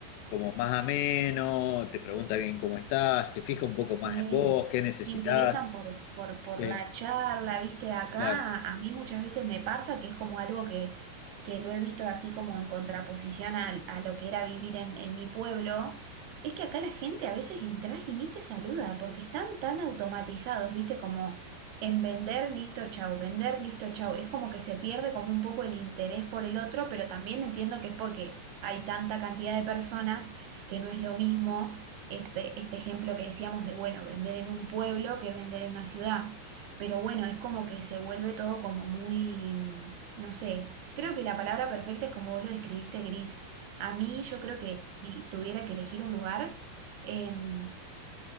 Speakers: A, on the left (about 80°); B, on the right (about 70°).
A: como más ameno, te pregunta bien cómo estás, se fija un poco más
B: Sí,
A: en vos, qué necesitas.
B: se interesan por, por, por
A: Sí,
B: la charla, viste, acá
A: claro.
B: a mí muchas veces me pasa que es como algo que, que lo he visto así como en contraposición al- a, lo que era vivir en, en mi pueblo, es que acá la gente a veces entras y ni te saluda porque están tan automatizados, viste, como en vender, listo, chau, vender, listo, chau, es como que se pierde como un poco el interés por el otro, pero también entiendo que es porque hay tanta cantidad de personas que no es lo mismo este, este ejemplo que decíamos de, bueno, vender en un pueblo que vender en una ciudad. Pero bueno, es como que se vuelve todo como muy, mm, no sé, creo que la palabra perfecta es como vos lo describiste, Gris. A mí yo creo que si tuviera que elegir un lugar, em,